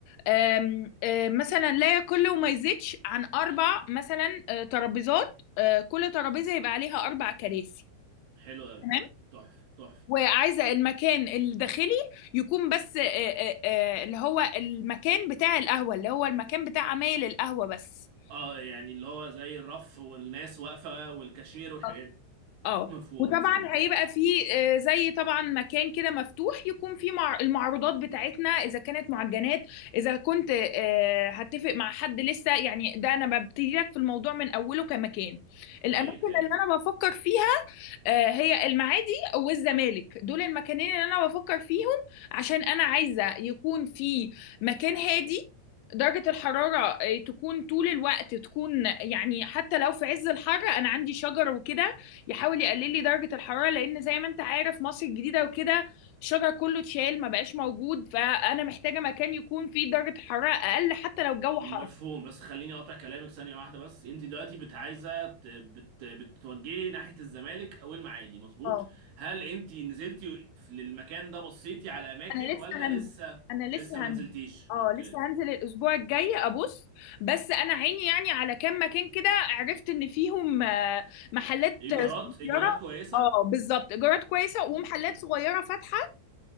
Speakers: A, on the left (about 80°); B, on the right (about 65°).
A: آم، آه، مثلا لا يقل وما يزيدش عن اربع مثلا آه، ترابيزات آه، كل ترابيزه يبقى عليها اربع كراسي
B: حلو قوي
A: تمام
B: تحفة تحفة
A: وعايزه المكان الداخلي يكون بس آه، آه، آه، آه، اللي هو المكان بتاع القهوه اللي هو المكان بتاع عمايل القهوه بس
B: اه يعني اللي هو زي الرف والناس واقفة والكاشير والحاجات
A: طب
B: دي
A: اه
B: مفهوم
A: وطبعا
B: مفهوم
A: هيبقى فيه آه، زي طبعا مكان كده مفتوح يكون فيه مع المعروضات بتاعتنا اذا كانت معجنات اذا كنت آه، هتفق مع حد لسه يعني ده انا ببتدي لك في الموضوع من اوله كمكان الاماكن
B: هايل هايل
A: اللي انا بفكر فيها آه، هي المعادي والزمالك دول المكانين اللي انا بفكر فيهم عشان انا عايزه يكون في مكان هادي درجة الحرارة آه، تكون طول الوقت تكون يعني حتى لو في عز الحر أنا عندي شجر وكده يحاول يقلل لي درجة الحرارة لأن زي ما أنت عارف مصر الجديدة وكده الشجر كله اتشال ما بقاش موجود فأنا محتاجة مكان يكون فيه درجة حرارة أقل حتى لو الجو
B: مفهوم
A: حر
B: بس خليني اقطع كلامك ثانية واحدة بس انت دلوقتي بت عايزة ت- بت بتتوجهي ناحية الزمالك او المعادي مظبوط
A: اه
B: هل انت نزلتي في- للمكان ده بصيتي على اماكن
A: انا لسه
B: ولا
A: هنزل
B: لسه
A: انا
B: لسه
A: لسه
B: ما
A: هنزل
B: نزلتيش
A: اه
B: اوكي
A: لسه هنزل الاسبوع الجاي ابص بس انا عيني يعني على كام مكان كده عرفت ان فيهم آه، محلات
B: ايجارات
A: صغيره
B: ايجارات كويسة
A: اه بالظبط ايجارات كويسه ومحلات
B: اوكي
A: صغيره فاتحه